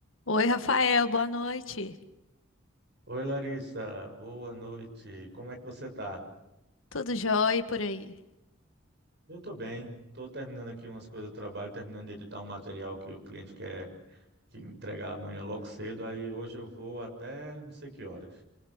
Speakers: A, on the left; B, on the right.
A: Oi, Rafael, boa noite.
B: Oi, Larissa, boa noite. Como é que você tá?
A: Tudo jóia por aí?
B: Eu tô bem. Tô terminando aqui umas coisas do trabalho, terminando de editar um material que o cliente quer que entregar amanhã logo cedo. Aí hoje eu vou até não sei que horas.